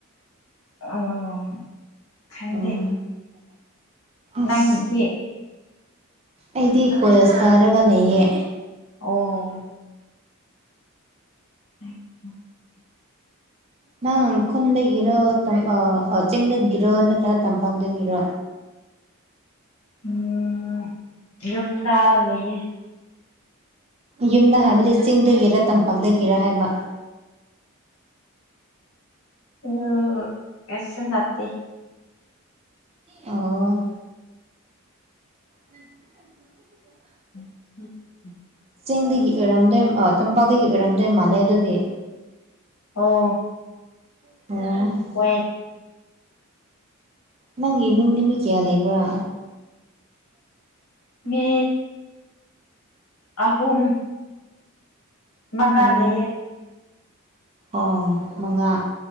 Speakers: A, on the left; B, on the right.
A: ꯑꯣ ꯈꯪꯗꯦ
B: ꯑꯣ ꯑꯁ
A: ꯅꯪꯗꯤ
B: ꯑꯩꯗꯤ ꯀꯣꯂꯦꯁ ꯀꯥꯔꯒ ꯂꯩꯌꯦ
A: ꯑꯣ <inaudible>
B: ꯅꯪ ꯈꯨꯟꯗꯒꯤꯔꯣ ꯇꯝ ꯑꯥ ꯆꯤꯡꯗꯒꯤꯔꯣ ꯅꯠꯇ꯭ꯔꯒ ꯇꯝꯄꯥꯛꯗꯒꯤꯔ
A: ꯎꯝ ꯌꯨꯝꯗ ꯂꯩꯌꯦ
B: ꯌꯨꯝꯗ ꯍꯥꯏꯕꯗꯤ ꯆꯤꯡꯗꯒꯤꯔ ꯇꯝꯄꯥꯛꯇꯒꯤꯔ ꯍꯥꯏꯕ
A: ꯎꯝ ꯀꯩꯁꯨꯝ ꯅꯠꯇꯦ
B: ꯑꯣ <inaudible>
A: <inaudible>
B: ꯆꯤꯡꯗꯒꯤ ꯑꯦꯔꯝꯗꯣꯏ ꯇꯝꯄꯥꯛꯗꯒꯤ ꯑꯣꯏꯔꯝꯗꯣꯏ ꯃꯥꯜꯂꯦ ꯑꯗꯨꯗꯤ
A: ꯑꯣ
B: <unintelligible>
A: ꯍꯣꯏ
B: ꯅꯪꯒꯤ ꯏꯃꯨꯡꯅꯤ ꯃꯤ ꯀꯌꯥ ꯂꯩꯕ꯭ꯔꯥ
A: ꯃꯤ ꯑꯍꯨꯝ ꯃꯉꯥ
B: ꯑꯣ
A: ꯂꯩꯌꯦ
B: ꯑꯣ ꯃꯉꯥ